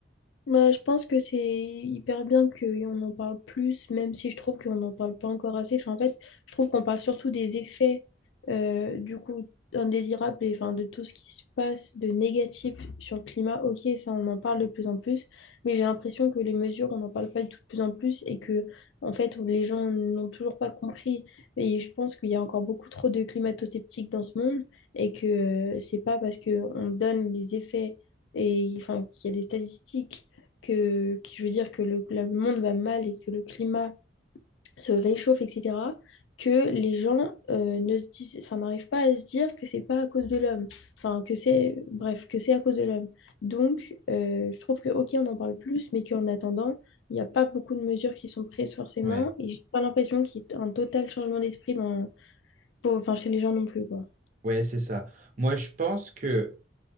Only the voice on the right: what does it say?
Ouais.
Ouais, c'est ça. Moi, je pense que